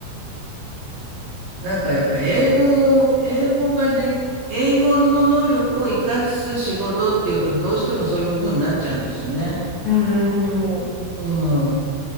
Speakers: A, on the right (about 55°); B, on the left (about 50°).
A: なんかやっぱ英語を、英語がで、英語の能力を活かす仕事っていうとどうしてもそういう風になっちゃうんですよね。
B: ああ、なるほど。
A: うん。